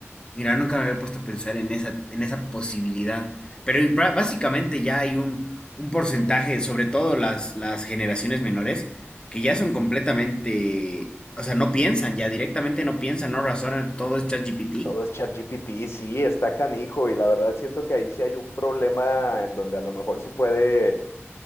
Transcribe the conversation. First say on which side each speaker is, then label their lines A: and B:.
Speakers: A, on the left (about 20°); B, on the left (about 65°).
A: Mira, nunca me había puesto a pensar en esa, en esa posibilidad. Pero y bra- básicamente ya hay un, un porcentaje, sobre todo las, las generaciones menores, que ya son completamente, o sea, no piensan, ya directamente no piensan, no razonan, todo es ChatGPT.
B: Todo es ChatGPT, sí, está canijo, y la verdad siento que ahí sí hay un problema en donde a lo mejor sí puede